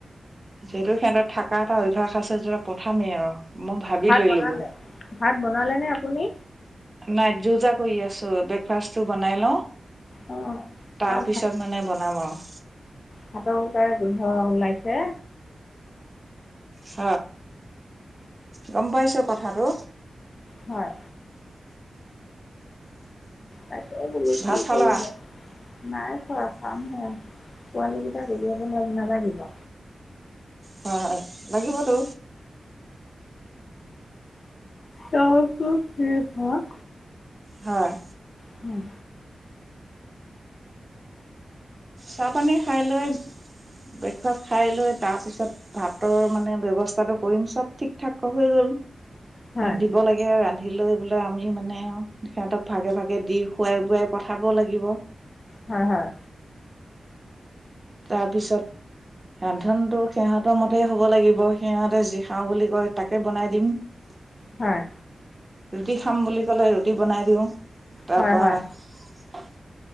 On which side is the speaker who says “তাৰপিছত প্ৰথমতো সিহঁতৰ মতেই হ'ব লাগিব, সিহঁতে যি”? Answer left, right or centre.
Right